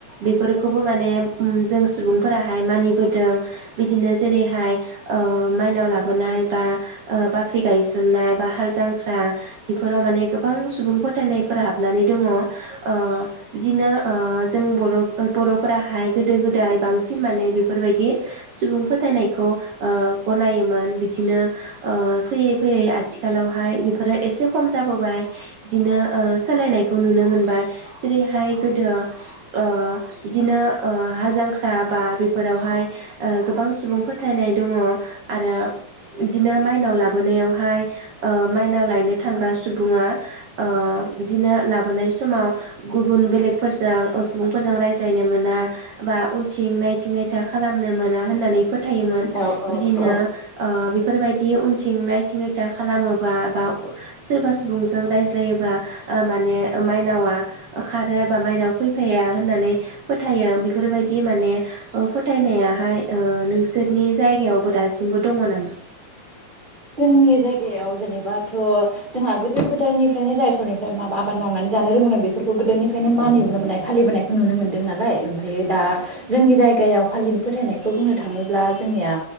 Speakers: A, on the right (about 65°); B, on the right (about 15°).
A: बेफोरखौबौ माने उम जों सुबुं फोराहाय मानिबोदों बिदिनो जेरैहाय ओ माइनाव लाबोनाय बा ओ बाख्रि गायसननाय बा हाल जांख्रा बेफोराव माने गोबां सुबुं फोथायनायफोर हाबनानै दङ। ओ बिदिनो ओ जों बर' बर'फोराहाय गोदो गोदाय बां सिन माने बेफोरबायदि सुबुं फोथायनायखौ ओ गनायोमोन बिदिनो ओ फैयै फैयै आथिखालावहाय बेफोरो एसे खम जाबोबाय बिदिनो ओ सोलायनायखौ नुनो मोनबाय जेरैहाय गोदो ओ बिदिनो ओ हाल जांख्रा बेफोरावहाय ओ गोबां सुबुं फोथायनाय दङ आरो बिदिनो माइनाव लाबोनायावहाय ओ माइनाव लायनो थांग्रा सुबुङा ओ बिदिनो लाबोनाय समाव गुबुन बेलेगफोरजों सुबुंफोरजों रायज्लायनो मोना बा उन थिं नायथिं नायथा खालामनो मोना होननानै। फोथायोमोन
B: औ औ
A: बिदिनो
B: औ
A: ओ बेफोरबायदि उनथिंनाय नायथिं नाथा खालामोबा बा सोरबा सुबुंजों रायज्लायोबा ओ माने माइनावा खारो बा माइनाव फैफानानै फोथायो बेफोरबाय दि माने ओ फोथायनाय हाय ओ नोंसोरनि जायगायावबो दासिमबो दङ नामा?
B: जोंनि जायगायाव जेनेबाथ' जोंहा गोदो गोदायनिफ्रायनो जायसमनिफ्राय माइ आबाद मावनानै जानो रोंबोदों बेफोरखौ गोदोनिफ्रायनो मानि फालिबोनायखौ नुनो मोनदों नालाय ओमफ्रायो दा जोंनि जायगायाव फालिनो फोथायनायखौ बुंनो थाङोब्ला जोंनिया